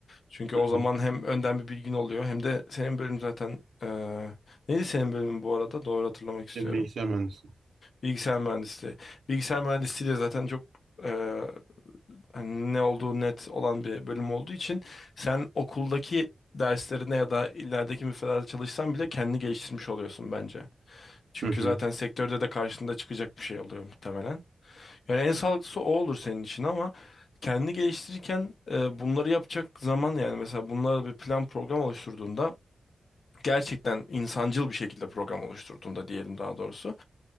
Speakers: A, on the left; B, on the right.
A: Çünkü
B: Hı
A: o
B: hı.
A: zaman hem önden bir bilgin oluyor hem de senin bölüm zaten eee, neydi senin bölümün bu arada? Doğru hatırlamak istiyorum.
B: Bir bilgisayar mühendisi.
A: Bilgisayar mühendisliği. Bilgisayar mühendisliği de zaten çok eee, hani ne olduğu net olan bir bölüm olduğu için sen okuldaki derslerine ya da ilerideki müfredata çalışsan bile kendini geliştirmiş oluyorsun bence. Çünkü
B: Hı hı.
A: zaten sektörde de karşında çıkacak bir şey oluyor muhtemelen. Yani en sağlıklısı o olur senin için ama kendini geliştirirken e, bunları yapacak zaman yani mesela bunlara bir plan program oluşturduğunda gerçekten insancıl bir şekilde program oluşturduğunda diyelim daha doğrusu